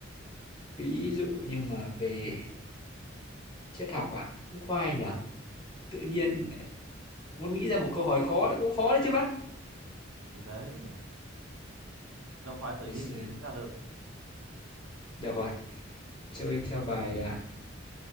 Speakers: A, on the left; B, on the right.
A: ví dụ như mà về triết học à cũng khoai nhỉ tự nhiên muốn nghĩ ra một câu hỏi khó thì cũng khó đấy chứ bác
B: Thì đấy, đâu phải tự
A: để
B: nhiên
A: xem
B: mà nghĩ ra được.
A: được rồi chơi theo bài à,